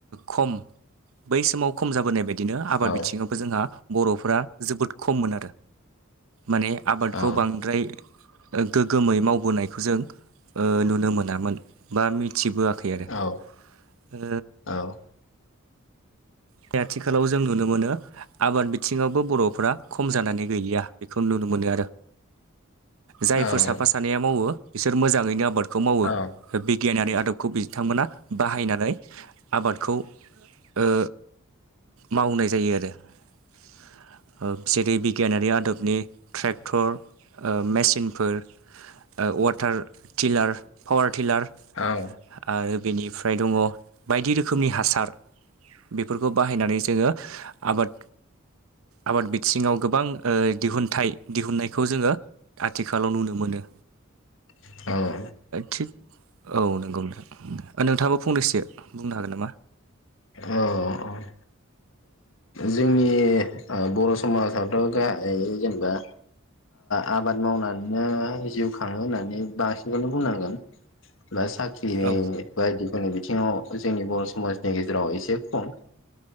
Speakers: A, on the right (about 80°); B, on the left (about 65°).
A: खम बै समाव खम जाबोनाय बायदिनो आबाद
B: औ
A: बिथिङाव जोंहा बर'फ्रा जोबोद खममोन आरो माने आबादखौ
B: औ
A: बांद्राय गोग्गोमै मावबोनायखौ जों ओ नुनो मोनामोन बा मिथिबोआखै आरो।
B: औ।
A: ओ
B: औ
A: बे आथिखालाव जों नुनो मोनो आबाद बिथिङावबो बर'फोरा खम जानानै गैलिया बेखौ नुनो मोनो आरो। जायफोर
B: औ
A: साफा सानैया मावो बिसोर मोजाङैनो आबादखौ मावो
B: औ
A: बिगियानारि आदब। खौ बिथांमोना बाहायनानै आबादखौ ओ- मावनाय जायो आरो जेरै - बिगियानारि आदबनि ट्रेक्टर ओ-मेसिनफोर ओ-वाटार टिलार पावार टिलार।
B: औ
A: आरो बेनिफ्राय दङ बायदि रोखोमनि हासार। बेफोरखौ बाहायनानै जोङो आबाद आबाद बिथिङाव गोबां ओ-दिहुनथाइ। दिहुननायखौ जोङो आथिखालाव नुनो मोनो।
B: औ
A: थिग औ नंगौ। ओ-नोंथाङाबो फंनैसो बुंनो हागोन नामा?
B: अ औ जोंनि ओ-बर' समाजाथ' गाहायै जेनेबा आबाद मावनानैनो जिउ खाङो होननानै बांसिनखौनो बुंनांगोन। बा साख्रि
A: औ
B: बायदिफोरनि बिथिङाव जोंनि बर' समाजनि गेज गेजेराव एसे खम